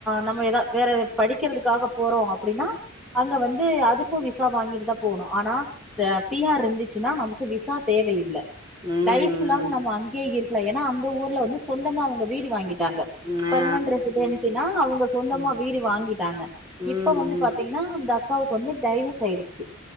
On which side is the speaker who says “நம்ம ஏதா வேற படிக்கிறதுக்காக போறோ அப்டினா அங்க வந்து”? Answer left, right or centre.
Centre